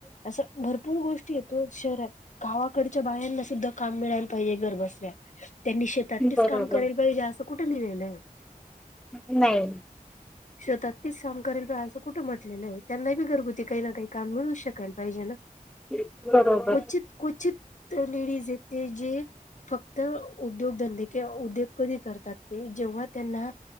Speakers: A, on the left; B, in the centre.
A: असं भरपूर गोष्टी आहे येतो शहरातं. गावाकडच्या बायांना सुद्धा कामं मिळायला पाहिजे, घर बसल्या त्यांनी शेती. तर् तेच
B: बरोबर
A: काम करेल पाहिजे. असं कुठे नां.
B: <unintelligible> नाही.
A: शोतातील तेचं काम करायला पांयाचं. कुठं म्हटले नाही. त्यांना बी घरगुती काही नां काहीं काम मिळू शकाल पाहिजे नां.
B: <unintelligible> बरोबरं आहे ते.
A: कचिंत क्वचित लेडीज येते जेजी. तर् उद्योगधंदे किं उद्योग कधी करतात, ते जेव्हा त्यांना.